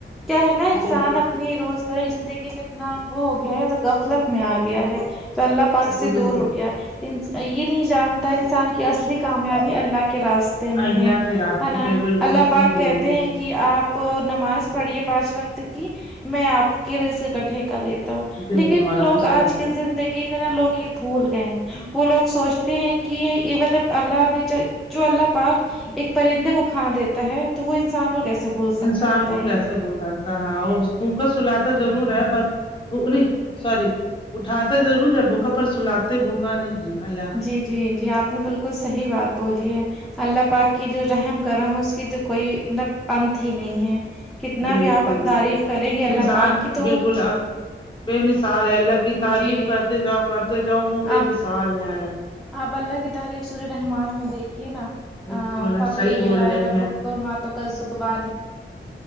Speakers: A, in the centre; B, on the left (about 25°).
A: کیا ہے نہ انسان
B: جی جی
A: اپنی روز مگر زندگی میں اتنا وہ ہو گیا ہے تو غفلت میں آ گیا ہے تو اللہ پاک سے
B: جی بالکل
A: دور ہو گیا یہ نہیں جانتا انسان کی اصلی کامیابی اللہ کے راس تے میں
B: اللہ
A: ہے
B: کے راستے
A: ہے نہ
B: پہ بالکل
A: اللہ
B: صحیح
A: پاک کہتے
B: بول رہے
A: ہیں کہ آپ نماز پڑھیے پانچ وقت کی میں آپ کے رزق اکٹھے کر لے تا ہوں
B: دینے
A: لیکن
B: والا
A: لوگ
B: ہوں صحیح
A: آج کی زندگی میں نہ لوگ یہ بھول گئے ہی وہ لوگ سوچتے ہیں کہ یہ مطلب اللہ نے جوجو اللہ پاک ایک پرندے کو کھانا دیتا ہے تو وہ انسان کو کیسے بھول سکتا
B: انسان
A: ہے بتائیے
B: کو کیسے بھول سکتا ہے ہاں وہ اس بھوکا سلاتا ضرور ہے پر ا نہیں سوری اٹھاتے ضرور ہے بھوکا پر سلاتے بھوکا نہیں جی اللہ
A: جی جی جی آپ نے بالکل صحیح بات بولی ہے اللہ پاک کی جو رحم کر م ہے اس کی تو کوئی مطلب ا نت ہی نہیں ہے کتنا
B: بالکل
A: بھی آپ
B: بالکل
A: تعریف کریں گے اللہ
B: انسان
A: پاک کی تو
B: بالکل بے مثال ہے اللہ کی تعریف
A: جی
B: کرتے جاؤ کرتے جاؤ وہ بے
A: آپ
B: مثال ہے اللہ
A: آپ اللہ کی تعریف سورہ رحمن میں دیکھیے نہ
B: بالکل
A: فبی
B: صحیح
A: آئ
B: بول
A: اعلی
B: رہی
A: ربیکما
B: ہیں
A: ٹکازبان